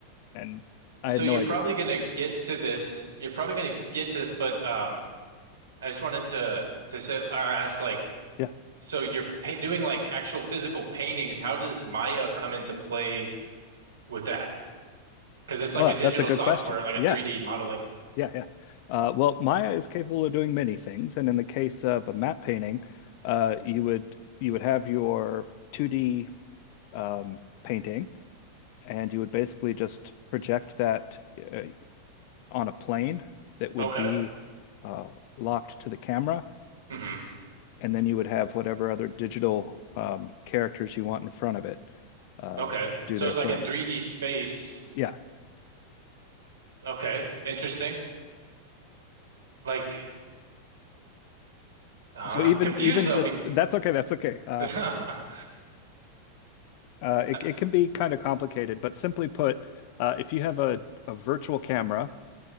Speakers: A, on the left; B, on the right.
A: and I
B: So
A: had
B: you're
A: no idea.
B: probably gonna get to this. You're probably gonna get to this, but um, I just wanted to to say or ask like,
A: Yeah,
B: so you're pa doing like actual physical paintings. How does Maya come into play with that? Because it's
A: well,
B: like a digital
A: that's a good
B: software,
A: question.
B: like a
A: Yeah,
B: 3D modeling.
A: yeah, yeah. Uh, well, Maya is capable of doing many things, and in the case of a matte painting, uh, you would you would have your 2D um, painting and you would basically just project that uh, on a plane that would
B: Okay.
A: be uh, locked to the camera,
B: hmm
A: and then you would have whatever other digital um, characters you want in front of it uh,
B: Okay.
A: do
B: So
A: their
B: it's
A: thing.
B: like in 3D space.
A: Yeah.
B: Okay. Interesting. Like, uh, I'm
A: So even
B: confused
A: even
B: though.
A: just
B: Be
A: that's okay. That's okay. Uh,
B: <laughs>
A: uh, it
B: Mhm.
A: it can be kind of complicated, but simply put, uh, if you have a a virtual camera